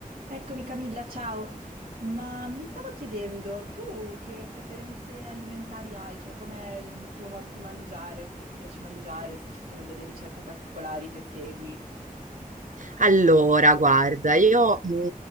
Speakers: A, on the right; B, on the right.
A: Eccomi Camilla, ciao. Ma mi stavo chiedendo, tu che preferenze alimentari hai? Cioè, com'è il tuo modo di mangiare? Come ti piace mangiare? Se ci sono delle ricette particolari che segui?
B: Allora, guarda, io mh,